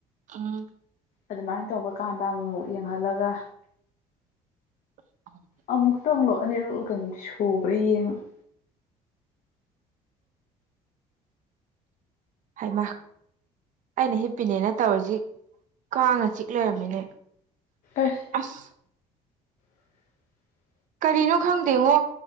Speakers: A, on the right; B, on the left.
A: ꯑ
B: ꯑꯗꯨꯃꯥꯏꯅ ꯇꯧꯕ ꯀꯥꯟꯗ ꯑꯃꯨꯃꯨꯛ ꯌꯦꯡꯍꯜꯂꯒ
A: <unintelligible>
B: ꯑꯃꯨꯛꯇꯪꯪꯂꯣ ꯑꯅꯤꯔꯛ ꯀꯩꯅꯣꯝꯗꯤ ꯁꯨꯒ꯭ꯔꯦ ꯌꯦꯡꯕ꯫
A: ꯍꯩꯃꯥ! ꯑꯩꯅ ꯍꯤꯞꯄꯤꯅꯦꯅ ꯇꯧꯔꯤꯖꯤ ꯀꯥꯡꯅ ꯆꯤꯛ ꯂꯩꯔꯝꯃꯤꯅꯦ꯫
B: ꯑꯁ
A: ꯑꯁ!
B: <unintelligible>
A: ꯀꯔꯤꯅꯣ ꯈꯪꯗꯦꯉꯣ